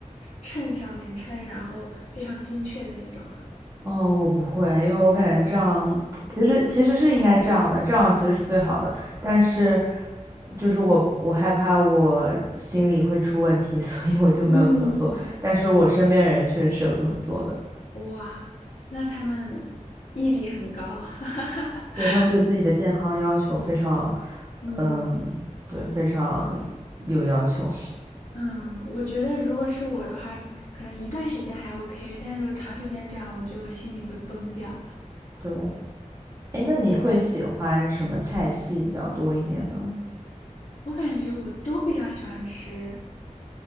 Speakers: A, on the left (about 60°); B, on the right (about 25°).
A: 秤上面称，然后非常精确的那种吗？
B: 哦，我不会，因为我感觉这样其实其实是应该这样的，这样其实是最好的。但是就是我我害怕我心里会出问题，<laughs> 所以我就没有这么做。
A: 嗯
B: 但是我身边人确实是有这么做的，
A: 哇，那他们毅力很高。<laughs>
B: 对他们对自己的健康要求非常
A: 嗯
B: 嗯，对，非常有要求。
A: 嗯，我觉得如果是我的话，可能一段时间还 OK，但如果长时间这样，我觉得我心里会崩掉。
B: 对，哎，那你会喜欢什么菜系比较多一点呢？
A: 我感觉我都比较喜欢吃